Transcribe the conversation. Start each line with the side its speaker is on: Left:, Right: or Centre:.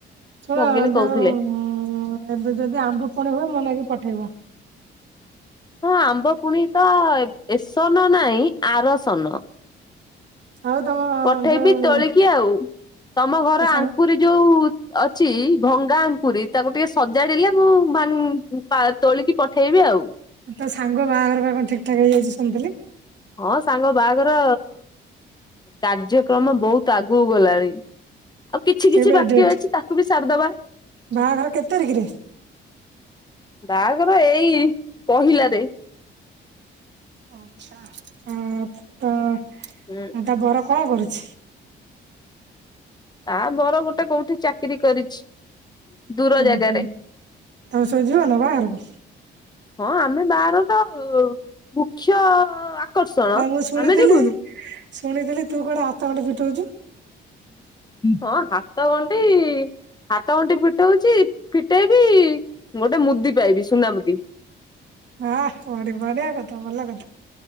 Right: ଶୁଣ
Left: ଭଗିନୀ କହୁଥିଲେ
Right: ଯୋଉ ଏବେ ଯଦି ଆମ୍ବ ପୁଣି ହୁଏ ମନେକି ପଠେଇବ।
Left: ହଁ ଆମ୍ବ ପୁଣି ତ ଏ ଏସନ ନାହିଁ ଆରସନ।
Right: ଆଉ ତମ
Left: ପଠେଇବି
Right: ଯୋଉ
Left: ତୋଳିକି ଆଉ ତମ ଘର
Right: ତୋ ସାଙ୍ଗ
Left: ଆଙ୍କୁରି ଯୋଉ ଅଛି ଭଙ୍ଗା ଆଙ୍କୁରି ତାକୁ ଟିକେ ସଜାଡ଼ିଲେ ମୁଁ ତୋଳିକି ପଠେଇବି ଆଉ।
Right: ତା ସାଙ୍ଗ ବାହାଘର ବା କଣ ଠିକ ଠାକ ହେଇଯାଇଛି ଶୁଣିଥିଲି।
Left: ହଁ ସାଙ୍ଗ ବାହାଘର କାର୍ଯ୍ୟକ୍ରମ ବହୁତ ଆଗକୁ ଗଲାଣି ଆଉ କିଛି
Right: କେବେ
Left: କିଛି ବାକ୍ୟ
Right: ଡେଟ
Left: ଅଛି ତାକୁ ବି ସାରିଦବା।
Right: ବାହାଘର କେତେ ତାରିଖରେ?
Left: ବାହାଘର ଏଇ ପହିଲାରେ
Right: ଆ ତ
Left: ହୁଁ।
Right: ଆ ତା ବର କଣ କରୁଛି?
Left: ତା ବର ଗୋଟେ କୋଉଠି ଚା କିରି କରିଛି ଦୂର
Right: ଓହୋ
Left: ଜାଗାରେ।
Right: ତମେ ସବୁ ଯିବ ନା ବାହାଘରକୁ
Left: ହଁ ଆମେ ବାହାର ତ ମୁଖ୍ୟ ଆକର୍ଷଣ
Right: ଆଉ ମୁଁ ଶୁଣିଥିଲି
Left: ଆମେ ଯିବୁନୁ।
Right: ଶୁଣିଥିଲି ତୁ କୁଆଡ଼େ ହାତ ଗଣ୍ଠି ଫିଟଉଛୁ?
Left: ହଁ ହାତ ଗଣ୍ଡି ହାତ ଗଣ୍ଠି ଫିଟଉଛି ଫିଟେଇବି ଗୋଟେ ମୁଦି ପାଇବି ସୁନା ମୁୁଦି।
Right: ହ ବଢିଆ କଥା ବଲାଗତ